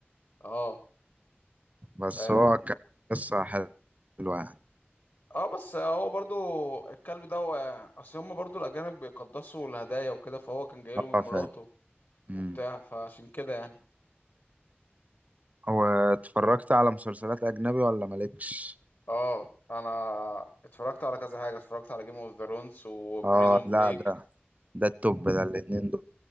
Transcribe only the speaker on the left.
اه
اه
اه بس هو برضو الكلب ده هو اصل هما برضو الأجانب بيقدسوا الهدايا وكده فهو كان جايله
من
مراته
وبتاع فعشان كده يعني
اه انا اتفرجت على كذا حاجة اتفرجت على جيم اوف ثرونز وبريزون
بريك